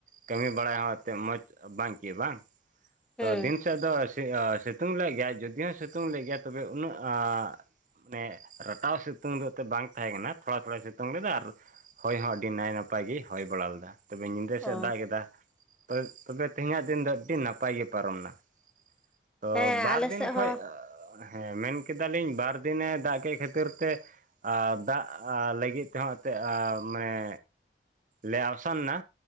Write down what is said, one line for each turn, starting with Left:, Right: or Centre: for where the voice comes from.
Right: ᱠᱟᱹᱢᱤ ᱵᱟᱲᱟᱭ ᱦᱚᱸ ᱮᱛᱮᱜ ᱢᱚᱪ ᱵᱟᱝ ᱤᱠᱟᱹᱜᱼᱟ ᱵᱟᱝ
Centre: ᱦᱩᱸ
Right: ᱛᱚ ᱫᱤᱱ ᱥᱮᱫ ᱫᱚ ᱥᱤ ᱤᱭᱟᱹ ᱥᱤᱛᱩᱝ ᱞᱮᱫ ᱜᱮᱭᱟᱭ ᱡᱩᱫᱤ ᱦᱚᱸ ᱥᱤᱛᱩᱝ ᱞᱮᱫ ᱜᱮᱭᱟ ᱛᱚᱵᱮ ᱩᱱᱟᱹᱜ ᱟᱜ ᱢᱟᱱᱮ ᱨᱟᱴᱟᱣ ᱥᱤᱛᱩᱝ ᱫᱚ ᱮᱛᱮᱫ ᱵᱟᱝ ᱛᱟᱦᱮᱸ ᱠᱟᱱᱟ ᱛᱷᱚᱲᱟ ᱛᱷᱚᱲᱟᱭ ᱥᱤᱛᱩᱝ ᱞᱮᱫᱟ ᱟᱨ ᱦᱚᱭ ᱦᱚᱸ ᱟᱹᱰᱤ ᱱᱟᱭ ᱱᱟᱯᱟᱭ ᱜᱤ ᱦᱚᱭ ᱵᱟᱲᱟ ᱞᱮᱫᱟ᱾ ᱛᱚᱵᱮ ᱧᱤᱫᱟᱹ ᱥᱮᱫ
Centre: ᱚ
Right: ᱫᱟᱜ ᱠᱮᱫᱟ ᱛᱚ ᱛᱚᱵᱮ ᱛᱮᱦᱮᱧᱟᱜ ᱫᱤᱱ ᱫᱚ ᱟᱹᱰᱤ ᱱᱟᱯᱟᱭ ᱜᱮ ᱯᱟᱨᱚᱢ ᱱᱟ ᱛᱚ
Centre: ᱦᱮᱸ
Right: ᱵᱟᱨ
Centre: ᱟᱞᱮ
Right: ᱫᱤᱱ
Centre: ᱥᱮᱫ
Right: ᱠᱷᱚᱡ
Centre: ᱦᱚᱸ
Right: ᱟᱹᱜ ᱦᱮᱸ ᱢᱮᱱ ᱠᱮᱫᱟᱞᱤᱧ ᱵᱟᱨ ᱫᱤᱱᱮ ᱫᱟᱜ ᱠᱮᱫ ᱠᱷᱟᱹᱛᱤᱨ ᱛᱮ ᱟᱨ ᱫᱟᱜ ᱞᱟᱹᱜᱤᱫ ᱛᱮᱦᱚᱸ ᱮᱛᱮᱫ ᱢᱟᱱᱮ ᱞᱮ ᱟᱣᱥᱟᱱᱮᱱᱟ